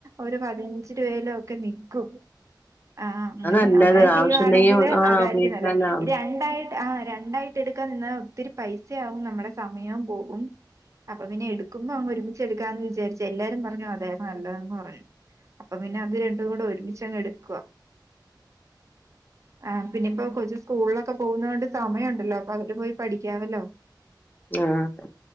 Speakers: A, on the right (about 40°); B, on the left (about 25°).
A: ഒരു പതിനഞ്ചുരൂപയില് ഒക്കെനിക്കും. ആഹ് അങ്ങനെ
B: അത് നല്ലത്
A: അങ്ങനെ ചെയ്യുവാണെങ്കില്
B: ആവശ്യണ്ടെങ്കി ആഹ്
A: അതായിരിക്കുംനല്ലേ.
B: ഉപയോഗിക്കാലോ
A: രണ്ടായി ആഹ് രണ്ടായിട്ട് എടുക്കാൻ നിന്നാ ഒത്തിരി പൈസയാവും. നമ്മുടെ സമയവും പോകും. അപ്പൊ പിന്നെ എടുക്കുമ്പോ അങ്ങ് ഒരുമിച്ച്‌ എടുക്കാന്ന് വിചാരിച്ച എല്ലാരും പറഞ്ഞു അതേ നല്ലതെന്ന്പറഞ്ഞു. അപ്പൊ പിന്നെ അത് രണ്ടും കൂടെ ഒരുമിച്ചങ്ങ് എടു ക്കൊആ അഹ് പിന്നെപ്പോ കൊച്ച് സ്‌കൂൾളൊകെ പോഉന്നോണ്ട് സമയമുണ്ടല്ലോ. അപ്പൊ അ <unintelligible> പോയി പഠിക്കാമല്ലോ.
B: അഹ് ആഹ്